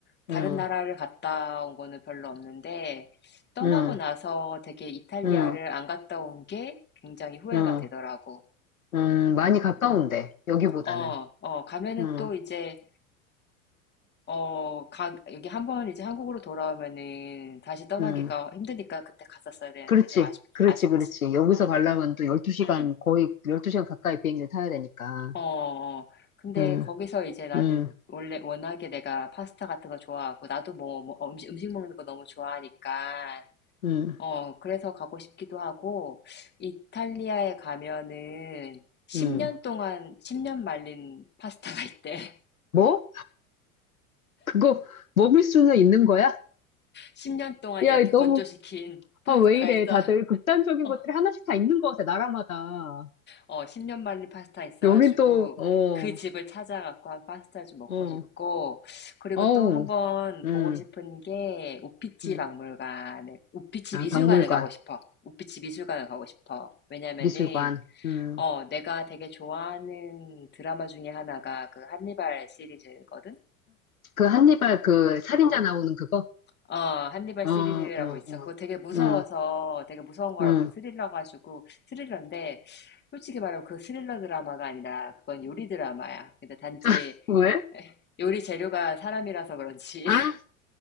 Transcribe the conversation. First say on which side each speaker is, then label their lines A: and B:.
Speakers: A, on the left; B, on the left.
A: 다른
B: 음,
A: 나라를 갔다 온 거는 별로 없는데 떠나고
B: 음.
A: 나서 되게 이탈리아를
B: 음.
A: 안 갔다 온 게 굉장히 후회가
B: 음,
A: 되더라고.
B: 음, 많이 가까운데,
A: 음.
B: 여기보다는.
A: 어, 어, 가면은
B: 음,
A: 또 이제 어, 가 여기 한번 이제 한국으로 돌아오면은 다시 떠나기가
B: 음,
A: 힘드니까 그때 갔었어야 되는데
B: 그렇지,
A: 좀 아쉽
B: 그렇지,
A: 아쉽지.
B: 그렇지. 여기서
A: 응
B: 가려면 또 12시간,
A: 응
B: 거의 12시간 가까이 비행기를 타야 되니까.
A: 어, 어. 근데
B: 음,
A: 거기서 이제 나는
B: 음,
A: 원래 워낙에 내가 파스타 같은 거 좋아하고 나도 뭐, 뭐 음식, 음식 먹는 거 너무 좋아하니까
B: 음,
A: 어, 그래서 가고 싶기도 하고, 이탈리아에 가면은 10년
B: 음.
A: 동안, 10년 말린 파스타가 있대. <laughs>
B: 뭐? 그거 먹을 수는 있는 거야?
A: 10년 동안
B: 야,
A: 이렇게
B: 너무,
A: 건조시킨 파스타가
B: 아, 왜 이래.
A: 있어.
B: 다들
A: <laughs>
B: 극단적인
A: 어,
B: 것들이 하나씩 다 있는 것 같아, 나라마다.
A: 어, 10년 말린 파스타 있어가지고,
B: 여긴 또, 어,
A: 그 집을 찾아갖고 한 파스타 좀 먹고
B: 어,
A: 싶고, 그리고
B: 어우,
A: 또 한번
B: 음,
A: 보고 싶은 게, 우피치
B: 음.
A: 박물관에, 우피치
B: 아,
A: 미술관을
B: 박물관,
A: 가고 싶어. 우피치 미술관을 가고 싶어. 왜냐면은,
B: 미술관, 음.
A: 어, 내가 되게 좋아하는 드라마 중에 하나가 그 한니발 시리즈거든?
B: 그 한니발 그 살인자 나오는 그거?
A: 어, 한니발
B: 어,
A: 시리즈라고
B: 어,
A: 있어.
B: 어,
A: 그거 되게 무서워서,
B: 응
A: 되게 무서운 거라고
B: 음.
A: 스릴러 가지고, 스릴러인데, 솔직히 말하면 그 스릴러 드라마가 아니라, 그건 요리 드라마야. 근데 단지
B: <laughs> 왜?
A: 요리 재료가 사람이라서 그런지,
B: 아,